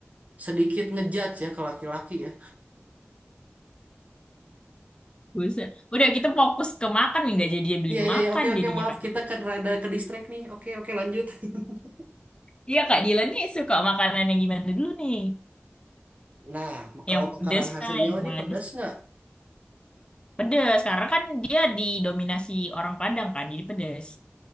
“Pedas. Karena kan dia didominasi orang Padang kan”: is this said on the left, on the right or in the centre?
Left